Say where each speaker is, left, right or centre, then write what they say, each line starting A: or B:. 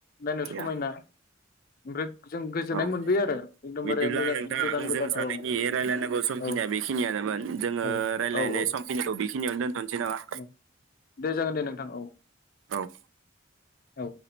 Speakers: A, on the left; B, on the right.
A: नायनो
B: गैया
A: समायना ओमफ्राय जों गोजोननाय
B: औ
A: मोनबोयो आरो एकदमबारे
B: बिदिब्ला
A: मोजां
B: नोंथां
A: गोदान गोदान
B: जों सानैनि
A: औ
B: रायलायनांगौ समखिनिया
A: औ
B: बेखिनियानोमोन जोङो
A: औ
B: रायजलायनाय
A: औ औ
B: समखिनिखौ बेखिनियावनो दोनथनोसै नामा?
A: औ दे जागोन दे नोंथां औ
B: औ
A: औ